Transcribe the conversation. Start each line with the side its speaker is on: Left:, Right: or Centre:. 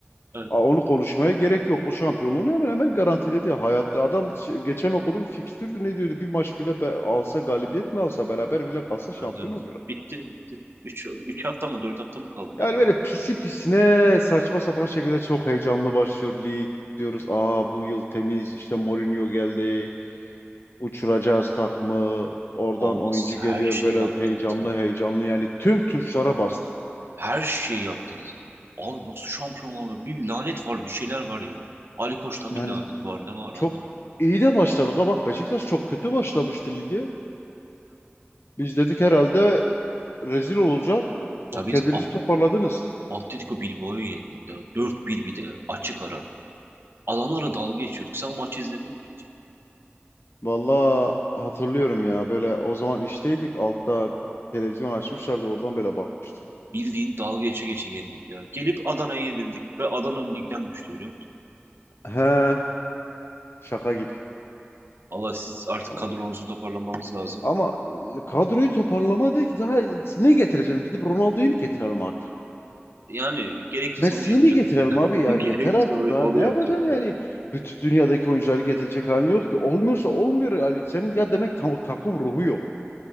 Right: evet,
Left: A- Onu konuşmaya gerek yok. O şampiyonluğunu hemen hemen garantiledi. Hayatta adam ş- geçen okudum fikstürdü ne diyordu? Bir maç bile be- alsa galibiyet mi alsa beraber bile kalsa şampiyon
Right: evet, evet.
Left: oluyor.
Right: bitti bitti. Üç üç hafta mı 4 hafta mı kaldı
Left: Yani
Right: ne kaldı?
Left: böyle pisi pisine saçma sapan şekilde çok heyecanlı başlıyor lig. Diyoruz aa bu yıl temiz işte Mourinho geldi. Uçuracağız takımı. Oradan
Right: Abi
Left: oyuncu
Right: siz
Left: geliyor
Right: her şeyi
Left: böyle
Right: yaptınız
Left: heyecanlı
Right: ya.
Left: heyecanlı yani tüm tuşlara bastık.
Right: Her şeyi yaptınız. Abi nasıl şampiyon olamıyor? Bir lanet var bir şeyler var ya. Ali Koç'tan
Left: Yani
Right: bir lanet var ne var
Left: çok
Right: anlamadım.
Left: iyi de başladık ha bak Beşiktaş çok kötü başlamıştı lige. Biz dedik herhalde rezil olacak. Bak
Right: Ya biz
Left: kendinizi
Right: A-
Left: toparladınız.
Right: Atletico Bilbao'yu yendik ya. dört 1 bir de açık ara. Adamlara dalga geçiyorduk. Sen o maçı izledin mi hiç?
Left: Vallahi hatırlıyorum ya böyle o zaman işteydik altta televizyon açmışlardı oradan böyle bakmıştım.
Right: Bildiğin dalga geçe geçe yendik ya. Gelip Adana'ya yenildik ve Adana ligden düştü biliyor musun?
Left: He. Şaka gibi.
Right: Allah siz artık
Left: Ama,
Right: kadronuzu toparlamanız lazım.
Left: ama e, kadroyu toparlama değil ki daha ne getireceksin? Gidip Ronaldo'yu mu getirelim artık?
Right: Yani gerekirse
Left: Messi'yi
Right: onu yapacaktık.
Left: mi getirelim
Right: <laughs>
Left: abi? Yani
Right: Gerekirse
Left: yeter artık
Right: onu,
Left: daha
Right: onu
Left: ne yapacaksın
Right: yapacaktılar.
Left: yani? Bütün dünyadaki oyuncuları getirecek halin yok ki. Olmuyorsa olmuyor yani senin ya demek tam, takım ruhu yok.